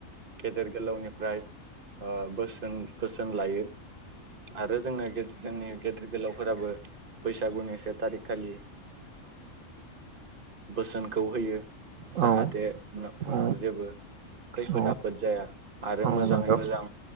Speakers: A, on the right; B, on the right.
A: गेदेर गोलावनिफ्राय ओ बोसोन बोसोन लायो आरो जोङो जोंनि गेदेर गोलाव फोराबो बैसागुनि से थारि खालि बोसोन खौ होयो
B: औ
A: जाहाथे उनाव
B: औ
A: जेबो खैफोद
B: औ
A: आफोद जाया आरो
B: औ
A: मोजाङै
B: नंगौ
A: मोजां